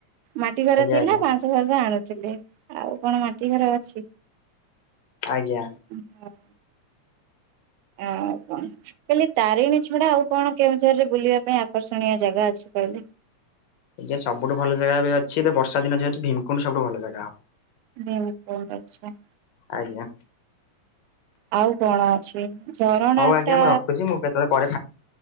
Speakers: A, on the right (about 85°); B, on the left (about 70°).
A: ମାଟି ଘର ଥିଲା
B: ଆଜ୍ଞା
A: ବା ଉଁଶ ଫାଉଁଶ ଆଣୁଥିଲେ ଆଉ କଣ ମାଟି ଘର ଅଛି।
B: ଆଜ୍ଞା।
A: ଉଁ ହଁ। ଆଉ କଣ ମୁଁ କହିଲି ତାରିଣୀ ଛଡା ଆଉ କଣ କେଉଁଝରେ ବୁଲିବା ପାଇଁ ଆକର୍ଷଣୀୟ ଜାଗା ଅଛି କହିଲେ?
B: ଆଜ୍ଞା ସବୁଠୁ ଭଲ ଜାଗା ଏବେ ଅଛି। ଏବେ ବର୍ଷା ଦିନ ଯେହେତୁ ଭିମକୁଣ୍ଡ ସବୁଠ ଭଲ ଜାଗା ହବ।
A: ଭିମକୁଣ୍ଡ ଅଛି।
B: ଆଜ୍ଞା।
A: ଆଉ କଣ ଅଛି ଝରଣା
B: ହଉ ଆଜ୍ଞା
A: ଟା
B: ମୁଁ ରଖୁଛି ମୁଁ କେତେବେଳେ ପରେ